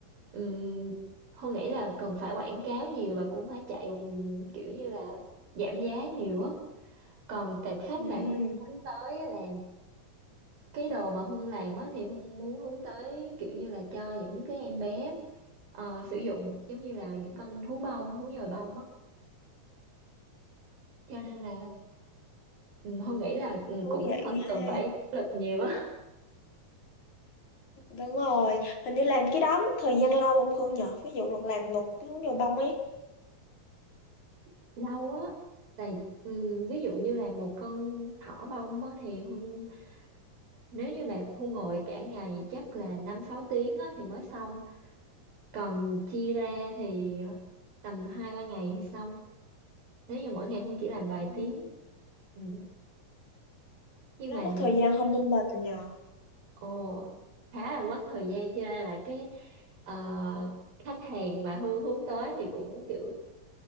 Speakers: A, on the right; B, on the left.
A: um, Hương nghĩ là cần phải quảng cáo nhiều và cũng phải chạy ừm, kiểu như là giảm giá nhiều á. Còn tệp khách
B: Ừ,
A: mà Hương hướng tới á là cái đồ mà Hương làm á thì Hương muốn hướng tới kiểu như là cho những cái em bé ờ, sử dụng giống như là những con thú bông, thú nhồi bông á. Cho
B: ừ,
A: nên là um, Hương nghĩ là
B: cũng
A: ừm,
B: thú
A: cũng phần
B: vị
A: cần
B: ha.
A: phải lực nhiều á,
B: Đúng rồi, hình như làm cái đó mất thời gian lâu không Hương nhờ? Ví dụ một làm một cái hướng nhồi bông ấy.
A: <laughs> lâu á. Tại ừm, ví dụ như là một con thỏ bông á thì Hương Nếu như bạn thu ngồi cả ngày chắc là năm sáu tiếng á, thì mới xong. Còn chia ra thì tầm hai ba ngày thì xong. Nếu như mỗi ngày Hương chỉ làm vài
B: Ừ,
A: tiếng. Ừ. Nhưng
B: cái
A: mà
B: đó mất thời gian hơn bên mình nhờ.
A: ồ, khá là mất thời gian cho nên là cái ờ, khách hàng mà Hương hướng tới thì cũng kiểu